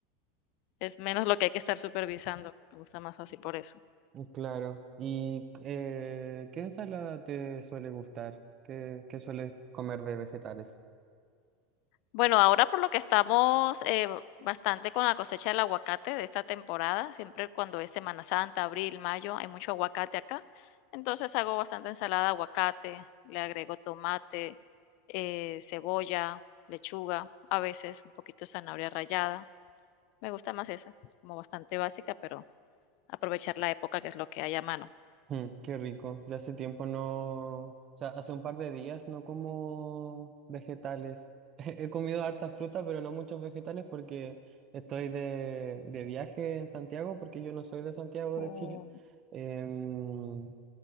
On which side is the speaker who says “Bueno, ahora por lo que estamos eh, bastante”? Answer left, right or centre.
Left